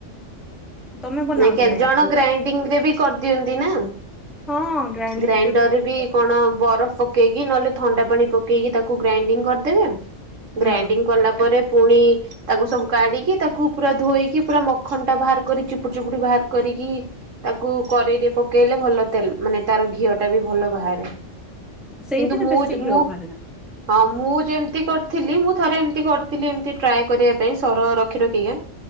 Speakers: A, in the centre; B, on the right.
A: ତମେ ବନାଅ
B: ନାଁଇ କେତେ
A: କି ନାଇଁ
B: ଜଣ
A: ଘିଅ
B: ଗ୍ରାଇଣ୍ଡିଙ୍ଗରେ
A: କେବେ?
B: ବି କରିଦିଅନ୍ତି ନା।
A: ହଁ ଗ୍ରାଇଣ୍ଡିଙ୍ଗ
B: ଗ୍ରାଇଣ୍ଡରରେ
A: ରେ କରିପାରିବି।
B: ବି କଣ ବରଫ ପକେଇକି ନହେଲେ ଥଣ୍ଡା ପାଣି ପକେଇକି ତାକୁ ଗ୍ରାଇଣ୍ଡିଂ କରିଦେବେ।
A: ହୁଁ
B: ଗ୍ରାଇଣ୍ଡିଙ୍ଗ କଲା ପରେ ପୁଣି ତାକୁ ସବୁ କାଢିକି ତାକୁ ପୁରା ଧୋଇକି ପୁରା ମଖନ ଟା ବାହାର କରି ଚୁ ପୁଡି ଚୁପୁଡି ବାହାର କରିକି ତାକୁ କରେଇରେ ପକେଇଲେ ଭଲ ତେଲ ମାନେ ତାର ଘିଅ ଟା ବି ଭଲ ବାହାରେ।
A: ସେଇଥିରେ
B: କିନ୍ତୁ ମୁଁ
A: ବେଶୀ ଘିଅ
B: ମୁଁ
A: ବାହାରେ ନା
B: ହଁ ମୁଁ ଯେମତି କରିଥିଲି ମୁଁ ଥରେ ଏମିତି କରିଥିଲି ଏମିତି ଟ୍ରାଏ କରିବା ପାଇଁ ସର ରଖି ରଖିକା